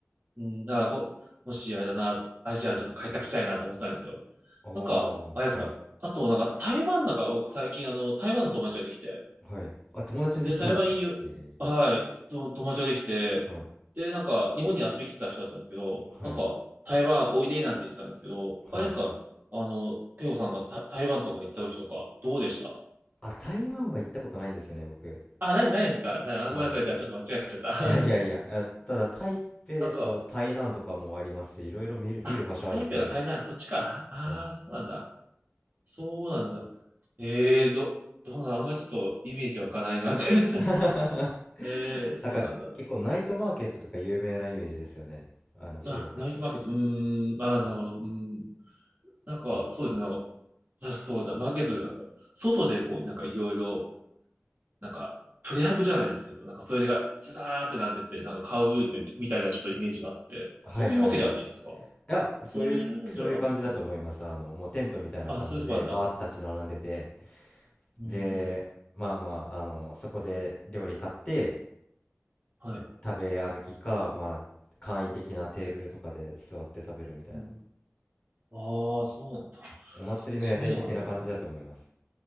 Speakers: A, on the right; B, on the left.
A: うん、だからこ、もしあれだなと、アジアちょっと開拓したいなと思ってたんですよ。
B: ああ、
A: なんか、あれですか。
B: はい、
A: あと、なんか台湾なんか僕最近あの、台湾の友達ができて。
B: はい。あ、友達にできたんですかえ
A: で、台湾いいよ。はい、と友達ができて。
B: ー、はい、
A: で、なんか、日本に遊びに来てた人だったんですけど、
B: はい、
A: なんか、台湾おいでなんて言ってたんですけど、
B: はい。
A: あれですか。あの、ケイコさんがた台湾とか行った時とか、どうでした
B: あ、台湾は行ったことないんですよね、僕。
A: あ、ない、ないですかないあごめんなさい。
B: は
A: じゃあ、ちょっと間違えちゃった。
B: い。いやいやいや、あただ台北と台南とかもありますし、
A: <laughs> なんか、
B: いろいろ見る、
A: あ、
B: 見る場所あるってみ、
A: 台北が台南、そっちか。ああ、
B: はい。
A: そうなんだ。そうなんだ。ええー、ど、どうなん、あんまりちょっとイメージ湧かないなって
B: <laughs>
A: <laughs> ええー、そうなんだ。
B: なんか結構ナイトマーケットとか有名なイメージですよね。あの中国って。
A: あ、ナイトマーケット、うーん、ああ、なるほど。うーん。なんか、そうですね。なんか、確かそうだ。マーケット、なんか、外でこう、なんかいろいろ、なんか、プレハブじゃないですけど、なんかそれがずらーってなってて、なんか買うみたいなちょっとイメージがあって、
B: はい、
A: そういうわけではないですか
B: はいはいはいいや、そういう、
A: そういうんじゃなくて。
B: そういう感じだと思います。あの、もうテントみたいな感じで、
A: あ、そういうとこなんだ。
B: バーって立ち並んでて、
A: うん。
B: で、まあまあ、あの、そこで料理買って、
A: はい。
B: え食べ歩きか、まあ、簡易的なテーブルとかで座って食べるみたいな、
A: うん。ああ、そうなんだ。
B: お祭りの屋台的な感じだと思います。
A: そういうのがあるんだ。